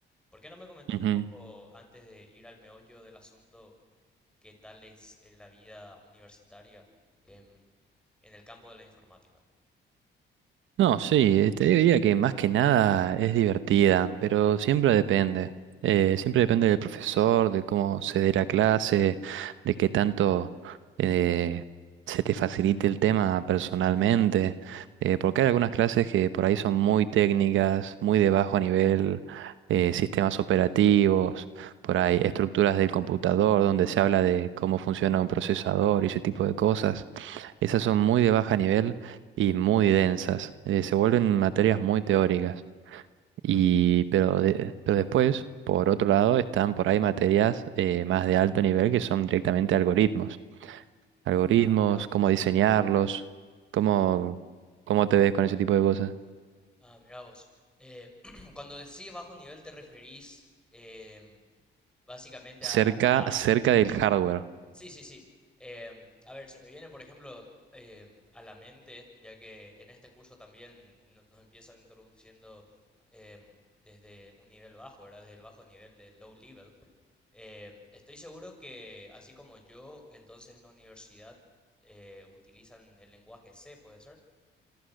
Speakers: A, in the centre; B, on the right.
A: ¿Por qué no me comentas
B: Ujú.
A: un poco, antes de ir al meollo del asunto, qué tal es eh, la vida universitaria em, en el campo de la informática?
B: No, sí, te diría que más que nada es divertida, pero siempre depende. Eh, siempre depende del profesor, de cómo se dé la clase, de qué tanto eh, se te facilite el tema personalmente, eh, porque hay algunas clases que por ahí son muy técnicas, muy de bajo nivel, eh, sistemas operativos, por ahí estructuras del computador, donde se habla de cómo funciona un procesador y ese tipo de cosas. Esas son muy de baja nivel y muy densas. eh, se vuelven materias muy teóricas. Y,
A: Sí,
B: pero, de- pero después, por otro lado, están por ahí materias eh, más de alto nivel que son directamente algoritmos. Algoritmos,
A: ah, mirá vos.
B: cómo diseñarlos, cómo,
A: Ah,
B: cómo te ves con ese tipo de cosas.
A: ah, mirá vos. Eh, <clears throat> cuando decís bajo nivel te referís em, básicamente
B: Cerca,
A: a, a-
B: cerca del hardware.
A: Sí, sí, sí. Em, a ver, se me viene, por ejemplo, em, a la mente, ya que en este curso también no- nos empiezan introduciendo em, desde un nivel bajo, ¿verdad? Desde el bajo nivel del low level. Eh, estoy seguro que, así como yo, entonces en la universidad eh, utilizan el lenguaje C, ¿puede ser?